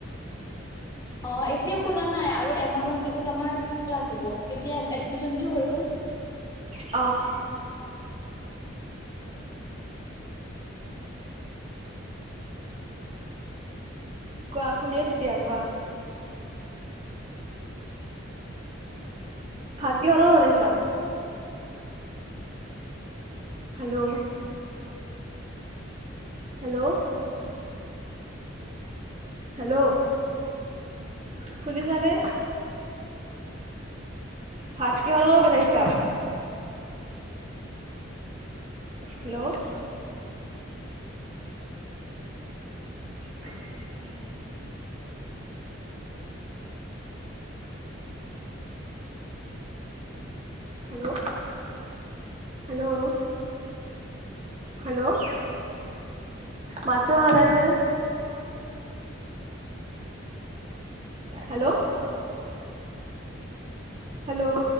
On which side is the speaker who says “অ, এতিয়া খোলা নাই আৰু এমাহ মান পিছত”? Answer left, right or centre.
Left